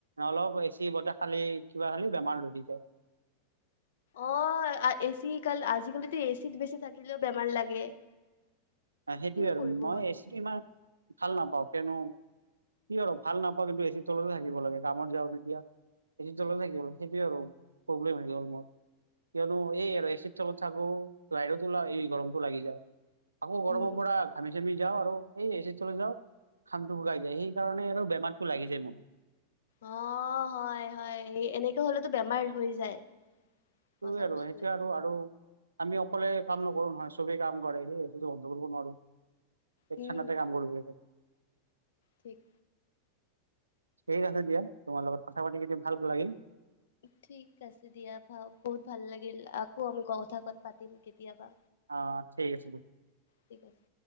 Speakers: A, on the right (about 75°); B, on the left (about 60°).
A: অলপ এচি বতাহ খালেই কিবা খালেই বেমাৰ ধৰি যায়।
B: অঁ আ এচি কাল আজিকালিতো এচিত বেছি থাকিলো বেমাৰ লাগে। <inaudible>
A: সেই সেইটোয়ে আৰু
B: কৰিব
A: মই
B: মানুহ
A: এচিটো ইমান ভাল নাপাওঁ কয়নো কি আৰু ভাল নাপাওঁ কিন্তু এ চিৰ তলতে থাকিব লাগে কামত যাওঁ যেতিয়া এচিৰ তলতে থাকিব লাগে সেইটোৱে আৰু প্ৰব্লেম হৈ গল মোৰ। কিয়নো এই আৰু এচিৰ তলত থাকো বাহিৰত ওলাও এই গৰমতটো লাগি যায়। আকৌ গৰমৰ
B: উম
A: পৰা ঘামি চামি যাওঁ আৰু এই এচিৰ তললে যাওঁ ঘামটো শুকাই যায় সেইকাৰণে আৰু বেমাৰতটো লাগি যায় মোৰ।
B: অঁ হয় হয়, এই এনেকে হ'লেতো বেমাৰ হৈ যায়। সঁচা
A: তয়ে আৰু
B: বস্তুৱে
A: সেইটোৱে আৰু আৰু আমি অকলে কাম নকৰো নহয়, চবেই কাম কৰে সেই বন্ধ কৰিব নোৱাৰো। এক
B: উম
A: চানাতে কাম কৰিব লাগে।
B: ঠিক।
A: ঠিক আছে দিয়া, তোমাৰ লগত কথা পাতি কিন্তু ভাল লাগিল।
B: ঠিক আছে দিয়া। ভাও বহুত ভাল লাগিল, আকৌ আমি কথা কত পাতিম কেতিয়াবা।
A: অ' ঠিক আছে দি।
B: ঠিক আছে।